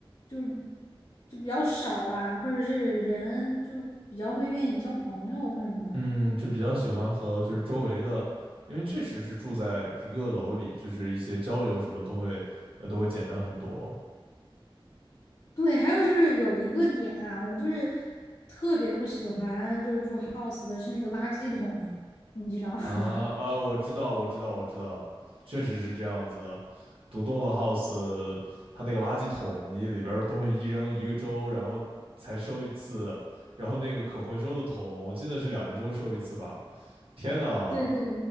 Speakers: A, on the left (about 40°); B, on the right (about 75°).
A: 就是就比较少吧，或者是人就比较会愿意交朋友或什么的。
B: 嗯，就比较喜欢和就是周围的，因为确实是住在一个楼里，就是一些交流什么都会，呃，都会简单很多。
A: 对，还有就是有一个点啊，我就是特别不喜欢就是住 house 的是那个垃圾桶，你知道。<laughs>
B: 啊啊，我知道，我知道，我知道，确实是这样子的。独栋的 house，它那个垃圾桶，你里边儿的东西一扔一个周，然后才收一次，然后那个可回收的桶，我记得是两个周收一次吧。天呐，
A: 对对